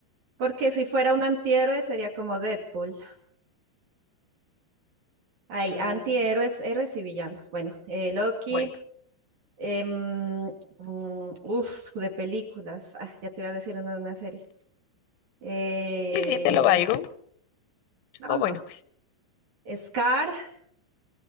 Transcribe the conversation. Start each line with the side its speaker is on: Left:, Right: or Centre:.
Right: Porque si fuera un antihéroe sería como Deadpool. Hay
Left: Mm,
Right: antihéroes, héroes y villanos. Bueno, eh, Loki.
Left: bueno,
Right: em, mm, uf, de películas. Ah, ya te iba a decir uno de una serie. Eh,
Left: sí, sí, te lo valgo.
Right: no,
Left: O
Right: no.
Left: bueno, pues.
Right: Scar